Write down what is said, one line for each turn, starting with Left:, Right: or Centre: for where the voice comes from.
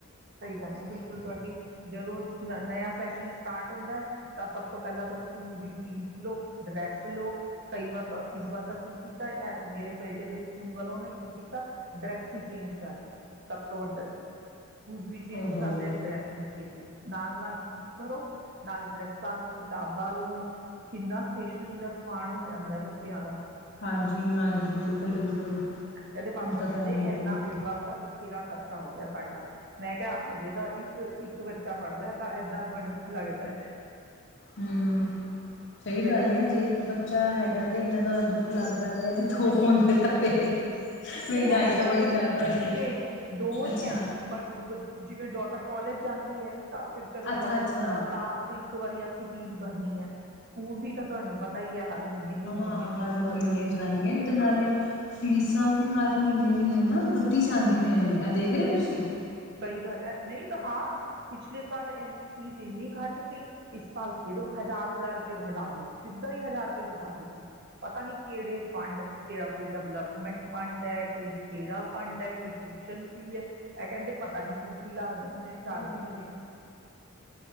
Right: ਸਹੀ ਗੱਲ ਐ ਬਿਲਕੁਲ ਤੁਹਾਡੀ ਜਦੋਂ ਨਵਾ ਸੈਕਸ਼ਨ ਸਟਾਰਟ ਹੁੰਦਾ ਤਾਂ ਸਭ ਤੋਂ ਪਹਿਲਾਂ ਤੋਂ ਸਕੂਲ ਦੀ ਫੀਸ ਲਓ ਡਰੈਸ ਲਓ ਕਈ ਵਾਰ ਇਸ ਵਾਰ ਤਾਂ ਕੀ ਕੀਤਾ ਮੇਰੇ ਬੇਟੇ ਦੇ ਸਕੂਲ ਵੱਲੋਂ ਉਹਨੇ ਕੀ ਕੀਤਾ ਡਰੈਸ ਹੀ ਚੇਂਜ ਕਰ ਦਿੱਤੀ ਸਭ ਤੋੜ ਵੀ ਚੇਂਜ
Left: ਓਹੋ
Right: ਕਰਦੇ ਡਰੈਸ ਵੀ ਚੇਂਜ ਕਰਦੇ ਨਾਲ ਨਾਲ ੀ ਭਰੋ ਨਾਲ ਡਰੈਸਾਂ ਲਓ ਕਿਤਾਬਾਂ ਲਓ ਕਿੰਨਾ ਸਟੇਸ਼ਨਰੀ ਦਾ ਸਮਾਨ ਹੋ ਜਾਂਦਾ ਬੱਚਿਆਂ ਦਾ
Left: ਹਾਂਜੀ ਹਾਂਜੀ ਬਿਲਕੁਲ ਬਿਲਕੁਲ
Right: ਇਹਦੇ ਪਾਪਾ
Left: ਉਹ ਤਾਂ
Right: ਕਹਿੰਦੇ
Left: ਗੱਲ ਹੈਗੀ
Right: ਇੰਨਾ
Left: ਹੈ
Right: ਇਸ ਵਾਰ ਤਾਂ ਬਥੇਰਾ ਖਰਚਾ ਹੋ ਗਿਆ ਸਾਡਾ ਮੈਂ ਕਿਹਾ ਹਜੇ ਤਾਂ ਇੱਕ ਇੱਕ ਬੱਚਾ ਪੜ੍ਹਦਾ ਹੈ ਤਾਂ ਇੰਨਾ ਤੁਹਾਨੂੰ ਲੱਗਦਾ ਹੈ
Left: ਹਮ ਸਹੀ
Right: ਮੈਂ
Left: ਗੱਲ ਹੈ ਜੇ ਇੱਕ ਬੱਚਾ ਹੈਗਾ ਤੇ ਇੰਨਾ ਜ਼ਿਆਦਾ ਦੁੱਖ ਲੱਗਦਾ ਪਿਆ ਜੇ ਦੋ ਹੁੰਦੇ ਤਾਂ ਫੇਰ ਮਹਿੰਗਾਈ
Right: ਨਹੀਂ ਹੈ ਤਾਂ
Left: ਬੜੀ
Right: ਦੋ
Left: ਜ਼ਿਆਦਾ
Right: ਹੀ
Left: ਹੋਈ
Right: ਜਿਵੇਂ
Left: ਦੀ
Right: ਦੋ ਹੀ
Left: ਅੱਛਾ
Right: ਹੈ ਬ ਜਿਵੇਂ ਡੋਟਰ ਕਾਲਜ ਜਾਂਦੀ ਹੈ ਤਾਂ ਫਿਰ ਚਲੋ ਕਾਲਜ
Left: ਅੱਛਾ ਅੱਛਾ
Right: ਸਾਲ ਚ ਇੱਕ ਵਾਰੀ ਫੀਸ ਭਰਨੀ ਹੈ ਸਕੂਲ ਦੀ ਤਾਂ ਤੁਹਾਨੂੰ ਪਤਾ ਹੀ ਹੈ ਹਰ ਮਹੀਨੇ ਦੀ ਮਹੀਨੇ
Left: ਹਾਂ
Right: ਫੀਸ
Left: ਹਰ ਮਹੀਨੇ
Right: ਭਰ ਰਹੇ ਹੋ
Left: ਜਾਣੀ ਹੈ ਤੇ ਨਾਲੇ ਫੀਸਾਂ ਵੀ ਹਰ ਮਹੀਨੇ ਮਹੀਨੇ ਨਾ ਵੱਧਦੀ ਜਾਂਦੀ ਪਈਆਂ ਨੇ ਇਹ ਦੇਖ ਰਹੇ ਹੋ ਤੁਸੀਂ
Right: ਸਹੀ ਗੱਲ ਹੈ ਨਹੀਂ ਤਾਂ ਹਾਂ ਪਿਛਲੇ ਸਾਲ ਫੀਸ ਇੰਨੀ ਘੱਟ ਸੀ ਇਸ ਸਾਲ ਫਿਰ ਹਜ਼ਾਰ ਹਜ਼ਾਰ ਰੁਪਏ ਵਧਾ ਦਿੱਤੀ ਸਿੱਧਾ ਹੀ ਹਜ਼ਾਰ ਰੁਪਏ ਵਧਾ ਦਿੱਤੀ ਪਤਾ ਨੀ ਕਿਹੜੇ ਫੰਡ ਕਿਹੜਾ ਕੋਈ ਡਿਵਲਪਮੈਂਟ ਫੰਡ ਹੈ ਕੋਈ ਕਿਹੜਾ ਫੰਡ ਹੈ ਕੋਈ ਟਿਊਸ਼ਨ ਫੀ ਹੈ ਇਹ ਕਹਿੰਦੇ ਪਤਾ ਨੀ ਕੀ ਸ਼ਬਦ ਸਮਝ
Left: ਹਾਂਜੀ
Right: ਤੋ ਬਾਹਰ
Left: ਹਾਂਜੀ
Right: ਹਨ
Left: ਹਾਂਜੀ